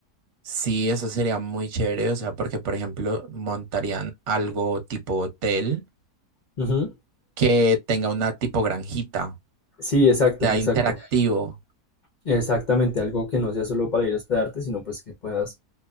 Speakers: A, on the right; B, on the left.
A: Sí, eso sería muy chévere, o sea, porque por ejemplo montarían algo tipo hotel
B: Ujú.
A: que tenga una tipo granjita,
B: Sí, exacto,
A: o sea interactivo.
B: exacto. Exactamente, algo que no sea solo para ir a hospedarte, sino pues que puedas